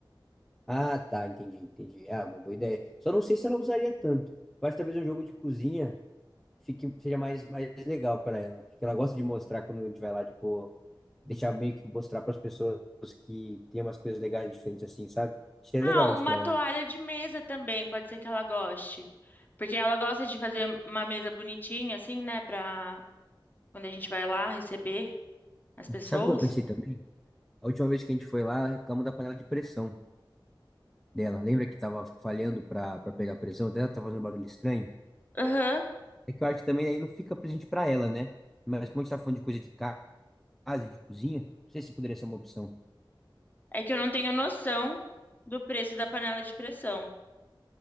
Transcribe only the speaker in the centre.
Ah, tá, entendi, entendi. Ah, uma boa ideia. Só não sei se ela usaria tanto. Eu acho que talvez um jogo de cozinha fique, seja mais, mais legal para ela. Acho que ela gosta de mostrar quando a gente vai lá, tipo, deixar meio que mostrar para as pessoas que tem umas coisas legais diferentes, assim, sabe? Seria
legal
isso para
ela.
Sabe o que eu pensei também? A última vez que a gente foi lá, reclamou da panela de pressão dela. Lembra que tava falhando pra, pra pegar pressão? Até ela tava fazendo um barulho estranho.
É que eu acho que também aí não fica presente pra ela, né? Mas como a gente tá falando de coisa de casa e de cozinha, não sei se poderia ser uma opção.